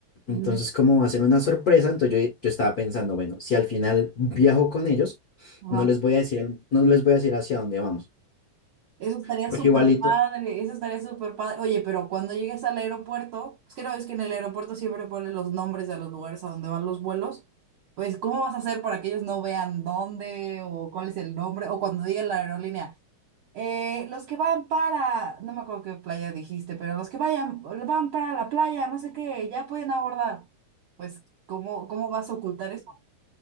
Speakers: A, on the left (about 85°); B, on the right (about 75°).
A: Entonces,
B: ujú,
A: como va a ser una sorpresa, entonces yo, yo estaba pensando, bueno, si al final viajo con ellos,
B: Ajá.
A: no les voy a decir, el- no les voy a decir hacia dónde vamos,
B: Eso estaría
A: porque
B: súper
A: igualito,
B: padre, eso estaría súper padre. Oye, pero cuando llegues al aeropuerto, pues creo es que en el aeropuerto siempre ponen los nombres de los lugares a donde van los vuelos. Pues, ¿cómo vas a hacer para que ellos no vean dónde o cuál es el nombre? O cuando diga la aerolínea, eh, los que van para, no me acuerdo qué playa dijiste, pero los que vayan, van para la playa, no sé qué, ya pueden abordar. Pues, ¿cómo, cómo vas a ocultar eso?